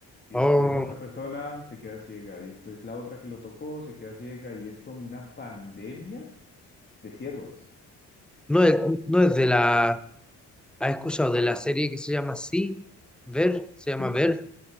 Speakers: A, on the left; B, in the centre.
A: y
B: Oh,
A: después otra persona se queda ciega y después la otra que lo tocó se queda ciega y es como una pandemia de ciegos,
B: no es, no es de la. ¿Has escuchado de la serie que se llama Sí? ¿Ver? ¿Se
A: ¿sí?
B: llama Ver?